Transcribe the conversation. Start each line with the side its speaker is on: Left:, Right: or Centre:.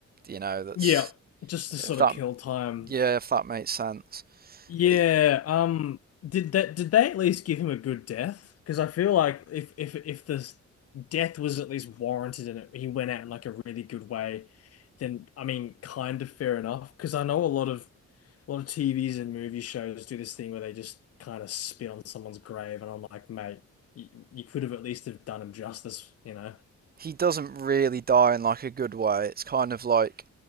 Right: you know. That's
Left: Yeah, just to sort
Right: if that
Left: of kill time.
Right: yeah, if that makes sense.
Left: Yeah,
Right: But he-
Left: um, did that did they at least give him a good death? Because I feel like if if if this death was at least warranted and it, he went out in like a really good way, then I mean, kind of fair enough. Because I know a lot of a lot of TVs and movie shows do this thing where they just kind of spit on someone's grave, and I'm like, mate, you, you could have at least have done him justice, you know?
Right: doesn't really die in like a good way. It's kind of like